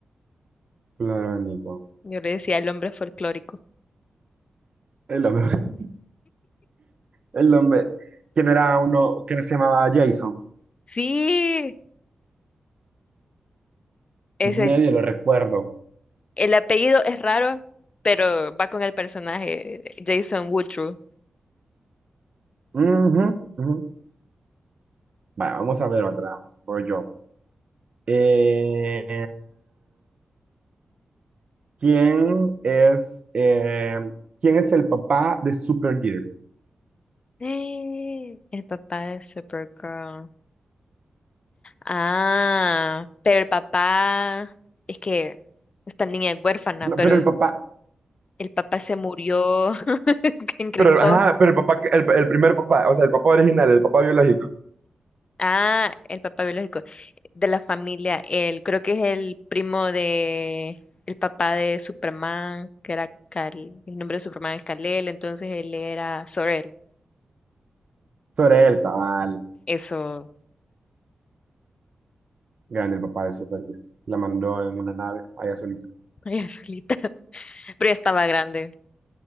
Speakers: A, on the right; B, on the left.
A: clorónico?
B: Yo le decía el hombre folclórico.
A: El hombre. <laughs> El hombre. Que no era uno que no se llamaba Jason.
B: Sí, es el,
A: Medio lo recuerdo.
B: el apellido es raro, pero va con el personaje Jason Woodruff.
A: Ujú, ujú. Vale, vamos a ver otra. Voy yo. Eh, ¿quién es, eh, quién es el papá de Supergirl?
B: ¡Eh! El papá de Supergirl. Ah, pero el papá es que esta niña es huérfana,
A: No,
B: pero
A: pero el papá,
B: el papá se murió <laughs> en Krypton.
A: Pero, ajá, pero el papá, que- el, el primer papá, o sea, el papá original, el papá biológico.
B: Ah, el papá biológico de la familia, él creo que es el primo de el papá de Superman, que era Kal- el nombre de Superman es Kal-El, entonces él era Sorel.
A: sobre él, cabal.
B: Eso,
A: Grande el papá de Supergirl. La mandó en una nave allá solita.
B: ella solita. <laughs> Pero ya estaba grande.